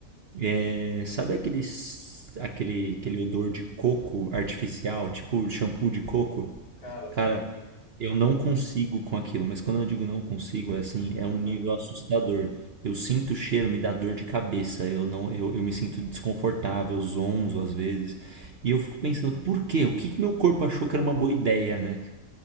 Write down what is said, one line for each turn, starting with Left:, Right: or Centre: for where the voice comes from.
Right: É, sabe aqueles, aquele, aquele odor de coco artificial, tipo shampoo de coco?
Left: Cara, sim.
Right: Cara, eu não consigo com aquilo, mas quando eu digo não consigo, é assim,
Left: <laughs>
Right: é um nível assustador. Eu sinto o cheiro, me dá dor de cabeça, eu não, eu, eu me sinto desconfortável, zonzo às vezes. E eu fico pensando, por quê? O que que meu corpo achou que era uma boa ideia, né?